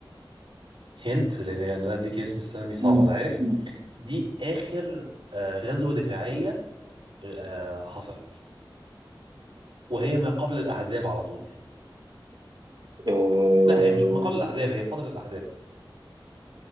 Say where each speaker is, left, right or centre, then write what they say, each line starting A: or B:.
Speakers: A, on the right; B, on the right.
A: هنت لان انا اديك اسم السنه دي صعبه
B: مم.
A: انا عارف
B: مم.
A: دي اخر آه غزوه دفاعيه آه حصلت وهي ما قبل الاحزاب على طول
B: آه،
A: لا هي مش ما قبل الاحزاب هي فتره الاحزاب